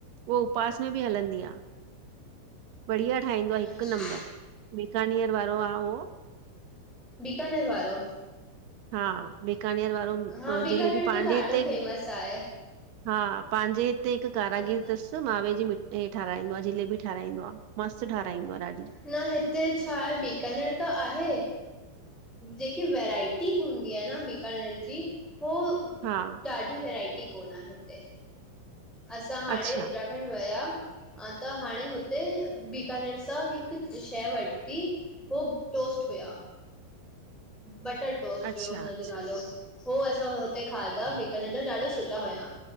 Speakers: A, on the right; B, in the centre.
A: उहा उपवास में बि हलंदी आ। बढ़िया ठाहींदो आ हिकु
B: अच्छा
A: नंबर बीकानियर वारो आ उहो
B: बीकाानर वारो?
A: हा बिकानेर वारो
B: हा बीकानेर
A: जलेबी पंहिंजे
B: त ॾाढो
A: हिते
B: फेमस आहे
A: हा पांहिंजे हिते हिकु कारागर
B: ह
A: तस त माावे जी मिठ ठाराहींदो आ जिलेबी ठाराहींदो आ मस्तु ठाराींदो आ ॾाढी।
B: न हिते छा हे बीकानेर त आहे जेकी वैरायटी हूंदी आ न बीकानर जी हो
A: हा
B: ॾाढी वेरायटी कोन आ हिते। असां हाणे
A: अच्छा
B: उत्तराखंड विया त हाणे हुते बीकानेर सां हिकु शइ वरिती हो टोस्ट हुया, बटर टोस्ट
A: अच्छा
B: हुयो हुनजो
A: अच्छा
B: नालो हो असां हुते खाधा बीकानेर जा ॾाढा सुठा हुया।